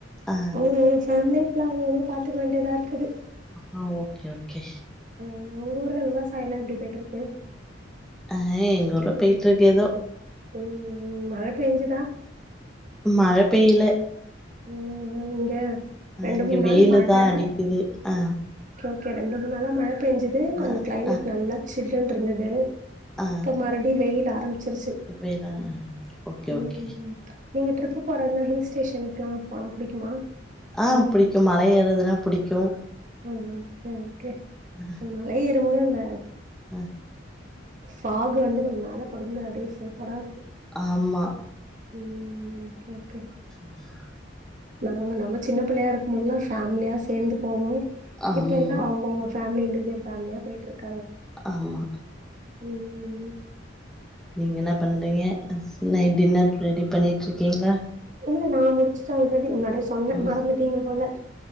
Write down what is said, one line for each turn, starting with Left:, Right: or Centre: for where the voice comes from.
Centre: ஆ
Right: <unintelligible> அவங்கவுங்க பார்த்துக்க வேண்டியதா இருக்குது
Centre: அ ஓகே ஓகே
Right: ம் ம் உங் ஊர்ல விவசாயம்ல்லா எப்டி போயிட்டு இருக்கு
Centre: அ எங்க ஊர்ல போய்ட்டு இருக்க ஏதோ
Right: ம் ம் ம் மழ பெஞ்சுதா
Centre: மழை பெய்ல
Right: ம் ம் இங்க ரெண்டு
Centre: இங்க
Right: மூண் நாள்
Centre: வெயிலு
Right: மழஹ
Centre: தா அடிக்குது ஆ
Right: ஓகே ரெண்டு மூணு நாளா மழ பெய்ஞ்சுது கொஞ்சொ
Centre: ஆ
Right: கிளைமேட்
Centre: ஆ
Right: நல்லா சில்லுன்னு இருந்தது
Centre: ஆ
Right: இப்ப மறுப்படியூ வெயில் ஆரம்பிச்சுடிச்சு
Centre: வேணா ஓகே
Right: ம்
Centre: ஓகே
Right: நீங்க ட்ரிப்பு போறதுனா ஹில் ஸ்டேஷன்லா போனா புடிக்குமா
Centre: ஆ புடிக்கும் மல ஏற்றதுனா புடிக்கூ
Right: ம் ம் ஓகே ஓகே
Centre: உம்
Right: அந்த ளையேறும் போது இந்த
Centre: ஆ
Right: ஃபாகு வந்து நம்ம மேல படும்ல அப்டியே சூப்பரா இருக்கூ
Centre: ஆமா
Right: ம் ஓகே ஓகே
Centre: உஹம்
Right: நாங்க நம்ம சின்ன பிள்ளையா இருக்கூ போதுல்லா ஃபேமிலியா சேர்ந்து போவோ
Centre: ஆமா
Right: இப்ப எல்லா அவங்கவுங்க ஃபேமிலி இண்டியூஜல் ஃபேமிலியா போயிட்டு இருக்காங்க
Centre: ஆமா
Right: ம் ம் ம்
Centre: நீங்க என்ன பண்றீங்க நைட் டின்னர் ரெடி பண்ணிட்டு இருக்கீங்களா
Right: இல்ல நா முடிச்சுட்டு ஆல்ரெடி முன்னாடியே சொன்னே
Centre: முடிச்
Right: மறந்துட்டீங்க போல